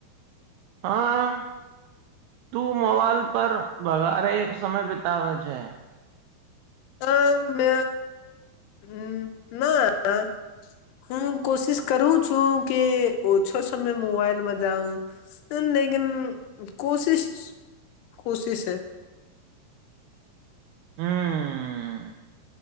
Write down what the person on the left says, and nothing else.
હ મે હ ના હું કોશિશ કરું છું કે ઓ છો સમય મોબાઈલમાં જાઉ લકન કોશિશ કોશિશ હૈ.